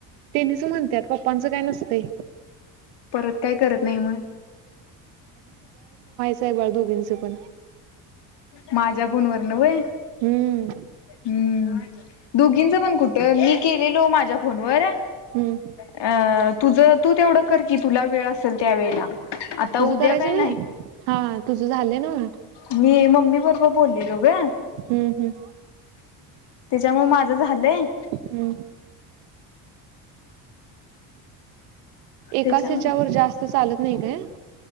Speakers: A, on the right; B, on the left.
A: त्यांनीच म्हणतात. पप्पांचं काय नसतंय.
B: परत काय करत नाही मग.
A: आहे बाळ दोघींचं पण.
B: माझ्या फोनवरन वय.
A: हम्म
B: हम्म दोघींच पण कुठं मी केलेलो माझ्या फोनवर.
A: हम्म
B: अ तुझ तू तेवढं कर कि तुला वेळ असेल त्या वेळेला आता
A: तुझं
B: उद्या
A: करायचं
B: काही
A: नाही हा तुझ झालं ना
B: मी मम्मी बरोबर बोललेलो ग
A: हम्म हम्म
B: त्याच्यामुळे माझ झालं
A: हम्म एकाच
B: त्याच्या
A: ह्याच्यावर जास्त चालत नाही काय